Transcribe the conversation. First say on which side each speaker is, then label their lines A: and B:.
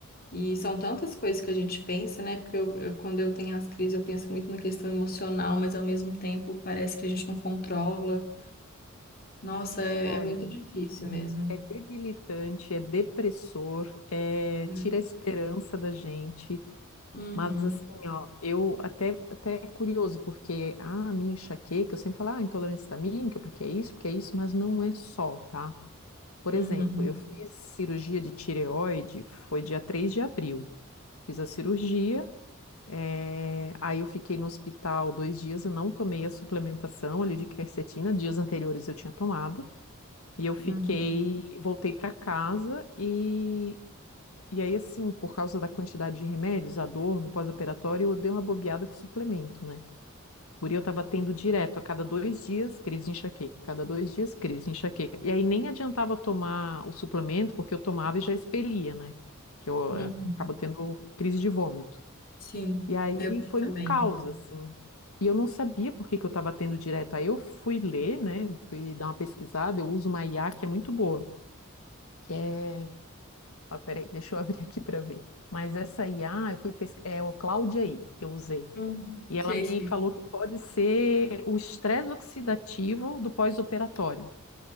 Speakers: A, on the left; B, on the left.
A: E são tantas coisas que a gente pensa, né? Porque eu, eu- quando eu tenho as crises, eu penso muito na questão emocional, mas ao mesmo tempo parece que a gente não controla. Nossa, é,
B: Olha,
A: é muito difícil mesmo.
B: é debilitante, é depressor, é...
A: Hum.
B: tira a esperança da gente.
A: Uhum,
B: Mas assim, ó, eu até, até é curioso, porque a minha enxaqueca, eu sempre falo, ah, intolerância histamínica, porque é isso, porque é isso, mas não é só, tá? Por
A: uhum,
B: exemplo, eu fiz cirurgia de tireoide, foi dia 3 de abril. Fiz a cirurgia, eh, aí eu fiquei no hospital dois dias, eu não tomei a suplementação ali de quercetina, dias anteriores eu tinha tomado, e eu fiquei,
A: uhum,
B: voltei para casa e, e aí assim, por causa da quantidade de remédios, a dor no pós-operatório, eu dei uma bobeada com o suplemento, né? Guri, eu tava tendo direto, a cada dois dias, crise de enxaqueca, cada dois dias, crise de enxaqueca. E aí nem adiantava tomar o suplemento, porque eu tomava e já expelia, né? Que eu
A: uhum.
B: eh, acabo tendo crise de vômito.
A: Sim,
B: E aí
A: eu vi
B: foi
A: também.
B: um caos, assim. E eu não sabia por que que eu estava tendo direto. Aí eu fui ler, né, e dar uma pesquisada, eu uso uma IA que é muito boa, que é... Ó, peraí, deixa eu <laughs> abrir aqui para ver. Mas essa IA, eu fui pesquisar, é o Cláudia aí, eu usei.
A: Hum.
B: E
A: Sei,
B: ela me
A: sei.
B: falou que pode ser o estresse oxidativo do pós-operatório.